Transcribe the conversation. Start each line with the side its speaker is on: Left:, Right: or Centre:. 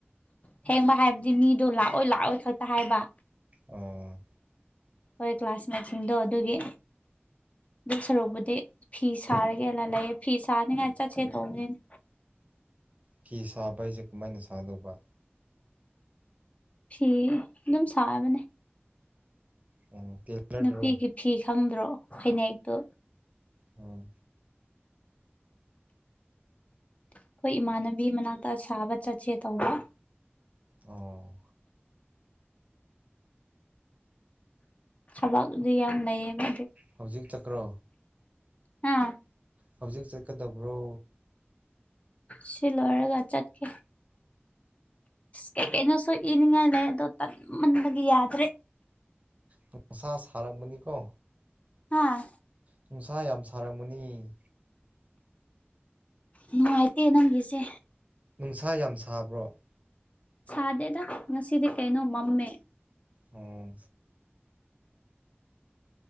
Left: ꯊꯦꯡꯕ ꯍꯥꯏꯕꯗꯤ ꯃꯤꯗꯣ ꯂꯥꯛꯑꯣꯏ ꯂꯥꯛꯑꯣꯏ ꯈꯛꯇ ꯍꯥꯏꯕ
Right: ꯑꯣ
Left: ꯑꯩꯈꯣꯏ ꯀ꯭ꯂꯥꯁꯃꯦꯠꯁꯤꯡꯗꯣ ꯑꯗꯨꯒꯤ ꯑꯗꯨ ꯁꯔꯨꯛꯄꯨꯗꯤ ꯐꯤ ꯁꯥꯔꯒꯦꯅ ꯂꯩꯌꯦ ꯐꯤ ꯁꯥꯅꯤꯉꯥꯏ ꯆꯠꯁꯦ ꯇꯧꯕꯅꯤꯅꯦ
Right: ꯐꯤ ꯁꯥꯕ ꯍꯥꯏꯁꯦ ꯀꯃꯥꯏꯅ ꯁꯥꯗꯧꯕ
Left: ꯐꯤ ꯑꯗꯨꯝ ꯁꯥꯕꯅꯦ
Right: ꯎꯝ ꯇꯦꯂꯔꯗꯔꯣ
Left: ꯅꯨꯄꯤꯒꯤ ꯐꯤ ꯈꯪꯗ꯭ꯔꯣ ꯐꯅꯦꯛꯇꯨ
Right: ꯎꯝ
Left: ꯑꯩꯈꯣꯏ ꯏꯃꯥꯟꯅꯕꯤ ꯃꯅꯥꯛꯇ ꯁꯥꯕ ꯆꯠꯁꯦ ꯇꯧꯕ
Right: ꯑꯣ
Left: ꯁꯕꯗꯤ ꯌꯥꯝ ꯂꯩꯏꯌꯦꯕ
Right: ꯍꯧꯖꯤꯛ ꯆꯀ꯭ꯔꯣ
Left: ꯑꯥ
Right: ꯍꯧꯖꯤꯛ ꯆꯠꯀꯗꯕ꯭ꯔꯣ
Left: ꯁꯤꯂꯔꯒ ꯆꯠ ꯀꯦ ꯀꯩꯀꯩꯅꯣꯁꯨ ꯏꯅꯤꯡꯉꯥꯏꯂ ꯑꯣ ꯇꯟꯃꯟꯕꯒꯤ ꯌꯥꯗ꯭ꯔꯦ
Right: ꯅꯨꯡꯁꯥ ꯁꯥꯔꯛꯕꯅꯤꯀꯣ
Left: ꯑꯥ
Right: ꯅꯨꯡꯁꯥ ꯌꯥꯝ ꯁꯥꯔꯝꯃꯅꯤ
Left: ꯅꯨꯡꯉꯥꯏꯇꯦ ꯅꯪꯒꯤꯁꯦ
Right: ꯅꯨꯡꯁꯥ ꯌꯥꯝ ꯁꯥꯕ꯭ꯔꯣ
Left: ꯁꯥꯗꯦꯗ ꯉꯁꯤꯗꯤ ꯀꯩꯅꯣ ꯃꯝꯃꯦ
Right: ꯎꯝ